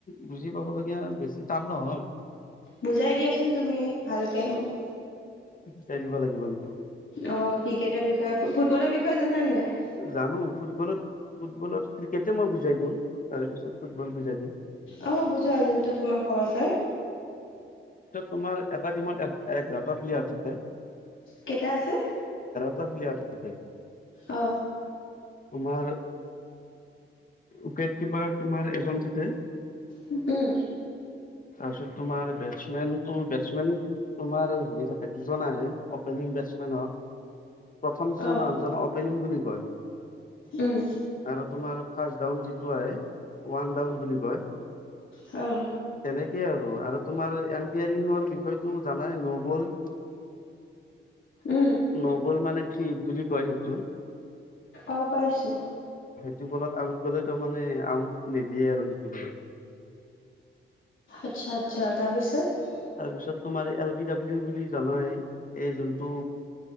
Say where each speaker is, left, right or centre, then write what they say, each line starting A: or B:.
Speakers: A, on the left; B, on the left.
A: বুজি পাবলগীয়া বেছি টান নহয়
B: বুজাই দিয়াছোন চোন তুমিয়েই ভালকে মোক
A: চাই দিব লাগিব নেকি
B: অ ক্ৰিকেটৰ বিষয়ে হয় ফুটবলৰ বিষয়ে জানে নাই
A: জানো ফুটবলত ফুটবলত ক্ৰিকেটে মই বুজিছ জ তাৰপিছত ফুটবল বুজাই দিওঁ
B: অ বুজোৱা যোনটো তোমাৰ সহজ হয়
A: তোমাৰ এটা টিমত এঘাৰটা প্লেয়াৰ থাকে
B: কেইটা আছে
A: এঘাৰ টকা প্লিয়াৰ থাকে
B: অ
A: তোমাৰ উইকেট কিপাৰ তোমাৰ এজন থাকে
B: উম
A: তাৰছত তোমাৰ বেছ মেন তোমাৰ হেৰি থাকে জনাই অ'পেনিং বেটছমেনক প্ৰথম যিজন
B: অ
A: আনজন অপেনিং বুলি হয় <inaudible>
B: উম
A: আৰু তোমাৰ ফাচ ডাউন যিটো আহে, ওৱান ডাউন বুলি কয়।
B: অ
A: তেনেকেইে আৰু, আৰু তোমাৰ এম্পিয়াৰিংৰ বিষয়টো জানাই নবৈ,
B: উম
A: নগল মানে ঈদ বুলি কয় সেইটো
B: অ পাইছোঁ
A: সবলত আউট গলে তো মানে আউট নিদিয়ে আৰু সেইটোবলত
B: আচ্ছা আচ্ছা তাৰপিছত,
A: তাৰপিছত তোমাৰ এল বি ডাব্লিউ বুলি জানাই এই যোনটো